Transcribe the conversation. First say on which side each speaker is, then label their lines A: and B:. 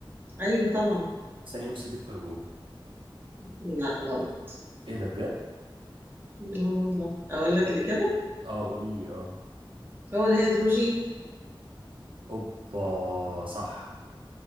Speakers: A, on the right (about 25°); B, on the right (about 70°).
A: ايوه طبعا
B: ثاني أكسيد الكربون
A: لا غلط
B: إيه ده بجد؟
A: والله اقول لك الإجابة
B: اه قولي لي اه
A: هو الهيدروجين
B: أوبا صح